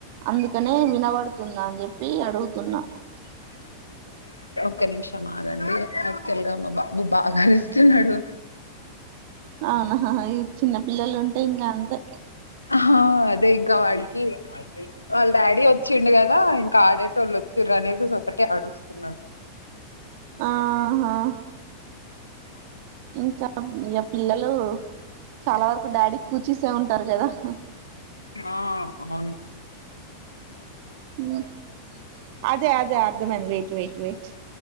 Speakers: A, on the right; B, on the left.
A: అందుకనే వినబడుతుందా అని చెప్పి అడుగుతున్నా. ఆహ్.
B: ఒక నిమిషం ఆగండి యాక్చవల్గా మా బాబు బాగా అరుస్తున్నాడు.
A: అవునా అ హ ఈ చిన్న పిల్లలుంటే ఇంక అంతే
B: హ హ అదే ఇంకా వాడికి వాళ్ళ డాడీ వచ్చిండు కదా కాడేటోలొచ్చింరనెసేసి ఒక్కటే అరుస్తున్నడు.
A: ఆహా. ఇంకా ఇగ పిల్లలు. చాలా వరకు డాడీ కూచీసె ఉంటారు కదా అ
B: ఆ అవ్ను.
A: మ్ అదే అదే అర్ధమైంది వేయి వెయిట్ వేట్